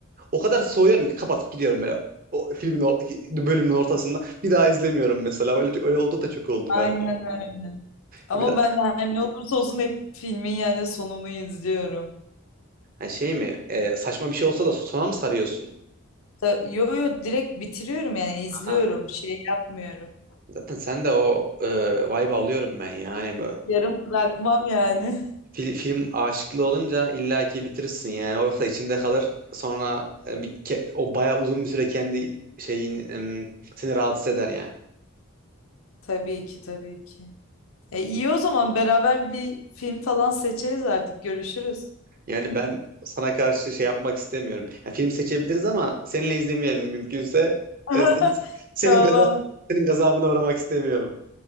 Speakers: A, on the right; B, on the left.
A: o kadar soğuyorum ki kapatıp gidiyorum böyle. O filmin o bölümün ortasında bir daha izlemiyorum mesela. Öyle öyle oldu da çok oldu
B: Aynen
A: bende.
B: öyle. Ama
A: Biraz
B: ben her ne olursa olsun hep filmin yani sonunu izliyorum.
A: ha şey mi e, saçma bir şey olsa da sona mı sarıyorsun?
B: Ta- Yo yo direkt bitiriyorum yani izliyorum
A: Ha.
B: şey yapmıyorum.
A: Zaten sen de o e, vibe'ı alıyorum ben yani.
B: Yarım bırakmam yani.
A: Fil- film aşıklı olunca illaki bitirirsin yani. O yoksa içinde kalır. Sonra e, bir ke- o bayağı uzun bir süre kendi şeyin em, seni rahatsız eder yani.
B: <laughs> Tabii ki tabii ki. E iyi o zaman beraber bir film falan seçeriz artık görüşürüz.
A: Yani ben sana karşı şey yapmak istemiyorum. Yani film seçebiliriz ama seninle izlemeyelim mümkünse.
B: <laughs>
A: E, sen- senin
B: Tamam.
A: gaza- senin gazabına uğramak istemiyorum.